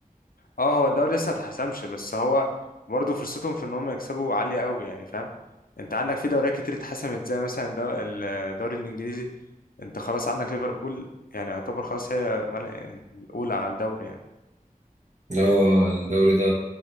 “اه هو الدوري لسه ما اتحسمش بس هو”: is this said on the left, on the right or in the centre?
Left